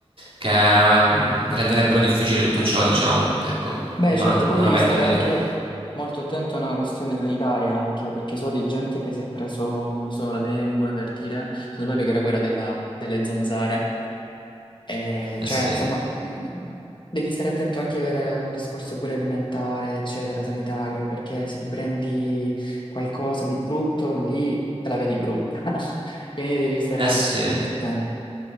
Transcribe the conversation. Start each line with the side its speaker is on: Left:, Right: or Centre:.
Right: che ehm, renderebbero difficile tutto ciò, diciamo, ecco,
Left: Beh,
Right: no-
Left: certo, poi
Right: non
Left: devi
Right: avendole
Left: stare anche
Right: lì.
Left: molto attento a una questione sanitaria, anche perché so di gente che si è preso, non so, la dengue per dire, se non sbaglio che era quella della- delle zanzare. E,
Right: Eh
Left: cioè,
Right: sì,
Left: insomma, mh, devi stare attento anche per un discorso pure alimentare, eccetera, sanitario, perché se ti prendi qualcosa di brutto, lì te la vedi brutta, no? <laughs> Quindi devi stare,
Right: Eh sì.
Left: devi stare molto attento.